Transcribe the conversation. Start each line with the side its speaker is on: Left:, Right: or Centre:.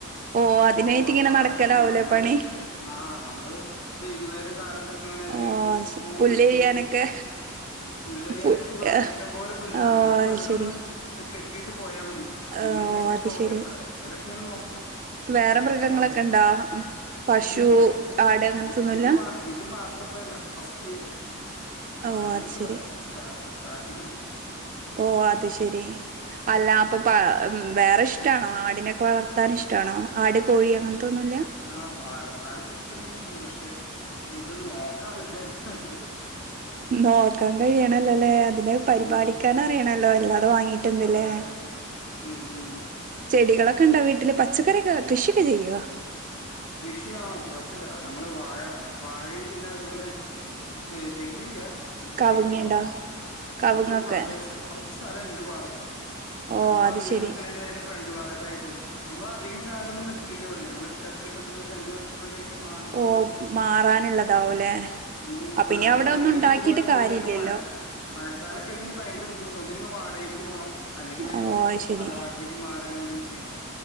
Right: ഓ
Left: അപ്പോ
Right: അതിനായിട്ട് ഇങ്ങനെ
Left: പാടത്തിക്ക്
Right: നടക്കലാവൂലേ
Left: നമ്മള്
Right: പണി
Left: ആഹ് നമ്മള് വൈകുന്നേര കാലത്തൊക്കെ ഇങ്ങനെ അതിനായിട്ട്
Right: ഓ അത് ശരി
Left: പോവും
Right: പുല്ല്
Left: കെട്ടിയിടും
Right: ചെയ്യാനൊക്കെ
Left: പുല്ലരിയാനൊക്കെ
Right: പു
Left: സുഖ
Right: ഏഹ്
Left: ഇഷ്ടം പോലെ പുല്ല
Right: ഓ
Left: നമ്മുക്ക്
Right: അത്
Left: വെറുതൊന്ന്
Right: ശരി
Left: കെട്ടിയിട്ട് പോയാ മതി പിന്നെ
Right: ഓ
Left: ജസ്റ്റ്
Right: അത് ശരി
Left: എപ്പ എപ്പളേലൊക്കെ ഇങ്ങനെ നോക്കണം
Right: വേറെ മൃഗങ്ങളൊക്കെ
Left: അങ്ങനെ
Right: ഇണ്ടോ പശു
Left: ഇല്ലല്ല
Right: ആട് അങ്ങനത്തൊന്നുല്ല
Left: ഇത് ഇത് ഇത് മാത്രപ്പല്ല ഫസ്റ്റ് വാങ്ങിയത്
Right: ഓ അത്
Left: പ്പൊ
Right: ശരി
Left: സ്റ്റാ സ്റ്റാർട്ടിംഗ
Right: ഓഹ് അത് ശരി അല്ല അപ്പൊ വേറെ ഇഷ്ടമാണോ ആടിനെക്കെ വളർത്താൻ ഇഷ്ടമാണോ ആട് കോഴി അങ്ങനത്തൊന്നുല്ല
Left: ആഹ് വളർത്താനൊക്കെ ഇഷ്ടം തന്നെയാണ് പക്ഷെ ഇത് നോക്കാ ആൾക്കാര് വേണ്ടേ
Right: നോക്കാൻ കഴിയണല്ലോല്ലേ അതിനെ പരിപാലിക്കാൻ
Left: അത് അതെ
Right: അറിയണല്ലോ അല്ലാതെ വാങ്ങീട്ടന്താല്ലേ
Left: അതെ ഉം ഉം
Right: ചെടികളൊക്കെ ഉണ്ടോ വീട്ടില് പച്ചക്കറിയൊക്കെ കൃഷിയൊക്കെ ചെയ്യോ
Left: കൃഷി ആ കൊഴപ്പില്ല നമ്മള് വാഴ വാഴയിൽ പിന്നെ അതുപോലെ ഏഹ് തെങ്ങില്ല
Right: കവുങ്ങുണ്ടോ
Left: അതിഞ് നോക്കണം
Right: കവുങ്ങൊക്കെ
Left: നമുക്കൊരു പ <inaudible> കുറച്ച് സ്ഥലംണ്ട് പാടത്ത്
Right: ഓ
Left: അതിപ്പോ
Right: അത്
Left: ആ വീട്
Right: ശെരി
Left: നിക്കണെന്റെ നേരെ ഫ്രണ്ട് ഭാഗത്തായിട്ട് തന്നെ നമ്മൾ അധികം കാലം ഒന്നും നിക്കില്ല ഇവിടെ ഞങ്ങൾ എത്രയും പെട്ടെന്ന് രണ്ടു കൊല്ലത്തിനുള്ളിൽ മാറണം എന്നുള്ളൊരു
Right: ഓ മാറാനുള്ളതാവൂലേ
Left: <inaudible> ഇനി
Right: ആ
Left: പ്രളയൊക്കെ
Right: പിന്നെ അവിടെ ഒന്നും
Left: ഇനി
Right: ഉണ്ടാക്കിട്ട്
Left: ഇതുപോലെ എന്തേലൊക്കെ
Right: കാര്യല്ലല്ലോ
Left: മഴ മഴക്കാലൊക്കെ ആയി കഴിഞ്ഞ ഭയങ്കര ബുദ്ധിമുട്ട ഒന്നങ്കിൽ വാടകക്ക് പോണം അല്ലെങ്കിൽ ഞങ്ങൾ
Right: ഓ അത് ശരി
Left: തറവാട്ടിലേക്ക് മാറ അങ്ങനെ എന്തെലും ചെയ്യണം